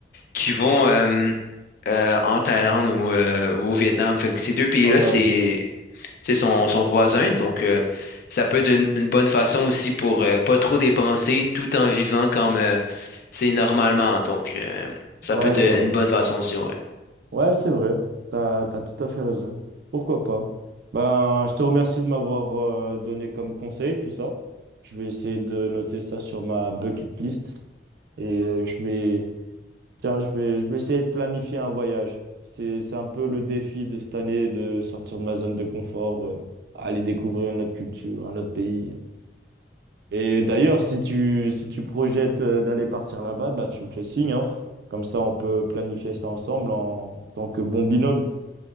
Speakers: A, on the left (about 55°); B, on the right (about 60°).
A: qui vont euh, euh, en Thaïlande ou, euh, ou au Vietnam. Fait que ces deux pays-là,
B: Ouais,
A: c'est
B: ok.
A: tu sais, son, son voisin. Donc, euh, ça peut être une, une bonne façon aussi pour euh, pas trop dépenser tout en vivant comme euh, tu sais, normalement. Donc, euh, ça
B: Ouais,
A: peut être
B: c'est
A: euh,
B: vrai.
A: une bonne façon aussi, ouais.
B: Ouais, c'est vrai. T'as, t'as tout à fait raison. Pourquoi pas? Ben, je te remercie de m'avoir euh, donné comme conseil tout ça. Je vais essayer de noter ça sur ma bucket list et euh, je vais, tiens, je vais, je vais essayer de planifier un voyage. C'est, c'est un peu le défi de cette année de sortir de ma zone de confort, euh, aller découvrir une autre culture, un autre pays. Et d'ailleurs, si tu, si tu projettes euh, d'aller partir là-bas, bah, tu me fais signe, hein. Comme ça, on peut planifier ça ensemble en tant que bon binôme.